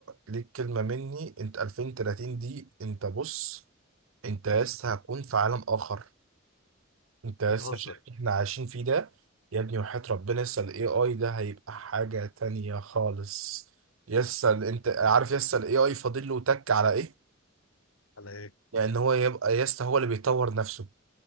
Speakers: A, on the right; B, on the left.
A: ليك كلمه مني انت 2030 دي انت بص انت لسه هتكون في عالم اخر انت لسه
B: بتهزر
A: شايف اللي احنا عايشين فيه ده يا ابني وحياة ربنا لسه الاي اي ده هيبقى حاجة تانية خالص لسه ال- انت عارف لسه الاي اي فاضل له تك على ايه؟
B: على ايه
A: لان هو يبقى لسه هو اللي بيطور نفسه